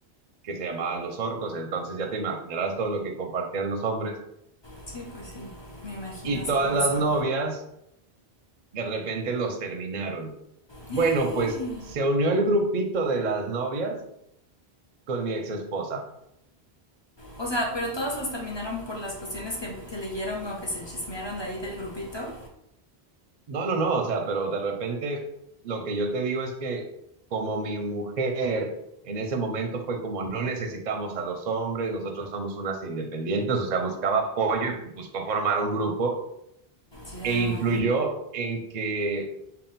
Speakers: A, on the right; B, on the left.
A: que se llamaban Los Orcos, entonces ya te imaginarás todo lo que compartían los hombres.
B: Sí, pues sí, me imagino
A: Y
B: así
A: todas
B: como
A: las
B: son.
A: novias de repente los terminaron. Bueno,
B: <gasps>
A: pues se unió el grupito de las novias con mi ex esposa.
B: O sea, pero todas las terminaron por las cuestiones que, que leyeron o que se chismearon de ahí del grupito.
A: No, no, no, o sea, pero de repente lo que yo te digo es que como mi mujer en ese momento fue como no necesitamos a los hombres, nosotros somos unas independientes, o sea, buscaba apoyo y buscó formar un grupo
B: Ya,
A: e influyó en que